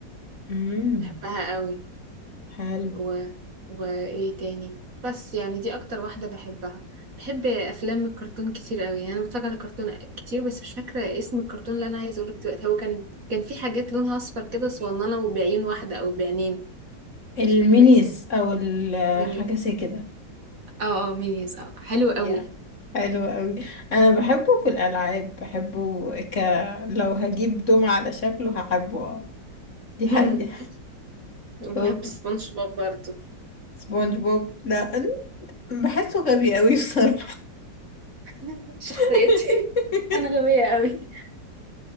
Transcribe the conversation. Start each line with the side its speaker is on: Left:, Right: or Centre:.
Left: امم
Right: بحبها قوي
Left: حلو
Right: و... وايه تاني بس يعني دي اكتر واحدة بحبها بحب افلام الكرتون كتير قوي يعني انا بتفرج على كرتون كتير بس مش فاكرة اسم الكرتون اللي انا عايزة اقولك دلوقتي هو كان كان في حاجات لونها اصفر كده صغننة وبعين واحدة او بعينين
Left: المينيز
Right: مش فاكرة اسمه
Left: او ال-
Right: مينيز
Left: حاجه زي كده
Right: اه اه مينيز اه حلو قوي
Left: يا حلو قوي انا بحبه في الالعاب بحبه ك لو هجيب دمعة على شكله هحبه آه. دي
Right: <laughs>
Left: حقيقه
Right: وبحب
Left: أوه.
Right: سبونج بوب برضه
Left: سبونج بوب لا بحسه غبي قوي بصراحه
Right: <laughs> شخصيتي
Left: <laughs>
Right: انا غبية قوي